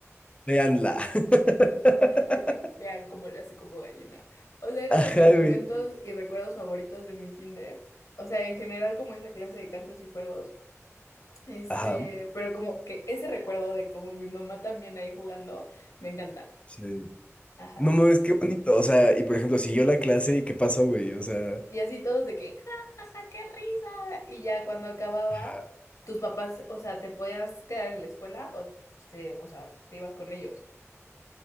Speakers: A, on the left; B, on the left.
A: Véanla. <laughs>
B: <laughs> de que vean cómo le hace como gallina. O sea, era
A: Ajá,
B: de mis momentos
A: güey.
B: y recuerdos favoritos de mi kinder, o sea, en general como esa clase de cantos y juegos. Este,
A: Ajá.
B: pero como que ese recuerdo de como mi mamá también ahí jugando, me encanta.
A: Sí.
B: Ajá.
A: No mames, qué bonito. O sea, y por ejemplo, siguió la clase y qué pasó, güey. O sea,
B: Y así todos de que, ja, ja, ja, qué risa. Y ya cuando acababa,
A: ajá.
B: tus papás, o sea, te podías quedar en la escuela o, te, o sea, te ibas con ellos.